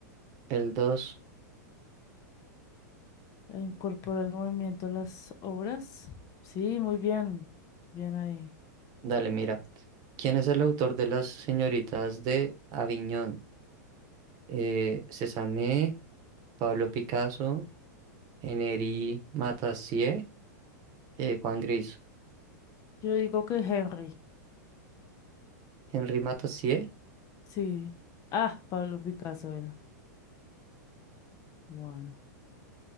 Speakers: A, on the right; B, on the left.
A: El 2.
B: E Incorpora el movimiento a las obras. Sí, muy bien. Bien ahí.
A: Dale, mira. ¿Quién es el autor de Las señoritas de Aviñón? Eh, Cézanne. Pablo Picasso, Henri Mathieu, eh, Juan Gris.
B: Yo digo que Henry.
A: Henri Mathieu,
B: Sí. Ah, Pablo Picasso era. Bueno,